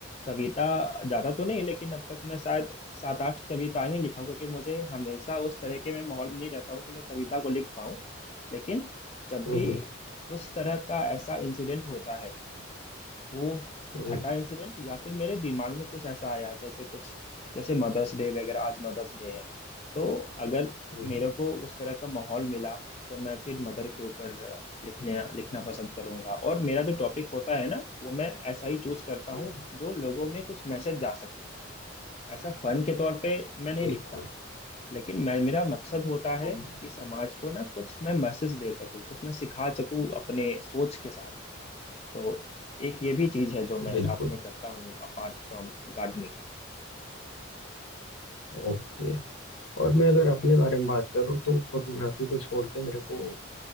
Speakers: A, on the left; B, on the left.
A: कविता ज्यादा तो नहीं लेकिन अब तक मैं शायद सात आठ कविताएं ही लिखा हूं क्योंकि मुझे हमेशा उस तरह के मैं माहौल में नहीं रहता हूँ कि मैं कविता को लिख पाऊँ लेकिन जब
B: हम्म
A: भी
B: हम्म
A: उस तरह का ऐसा इंसिडेंट होता है वो
B: हम्म
A: घटा इंसिडेंट या फिर मेरे दिमाग में कुछ ऐसा आया कैसे कुछ जैसे मदर्स डे वगैरह आज मदर्स डे है तो अगर
B: हम्म,
A: मेरे को उस तरह का माहौल मिला तो मैं फिर मदर के ऊपर लिखने लिखना पसंद करूंगा और मेरा जो टॉपिक होता है ना वो मैं ऐसा ही चूज करता
B: हम्म,
A: हूँ जो लोगों में कुछ मैसेज जा सके ऐसा फन के तौर पे मैं नहीं
B: बिल्कुल
A: लिखता हूँ लेकिन मैं मेरा मकसद होता है
B: हाँ
A: कि समाज को ना कुछ मैं मैसेज दे सकूं कुछ मैं सिखा सकूं अपने सोच के साथ तो एक ये भी चीज है जो मैं
B: बिल्कुल
A: साथ में करता हूँ अपार्ट फ्रॉम गार्डनिंग
B: ओके और मैं अगर
A: हाँ
B: अपने बारे में बात करूँ तो फोटोग्राफी को छोड़ के मेरे को